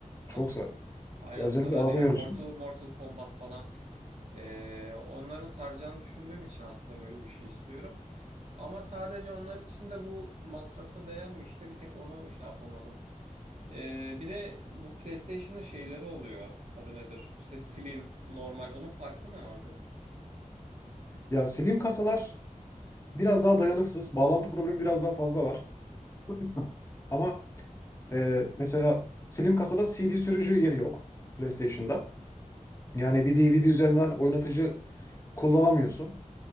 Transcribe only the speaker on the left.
Çok
zor.
Ya özellikle
araba
yarışı.
Ya slim kasalar biraz daha dayanıksız. Bağlantı problemi biraz daha fazla var. <laughs> Ama Ee, mesela Slim kasada CD sürücü yeri yok PlayStation'da. Yani bir DVD üzerinden oynatıcı kullanamıyorsun.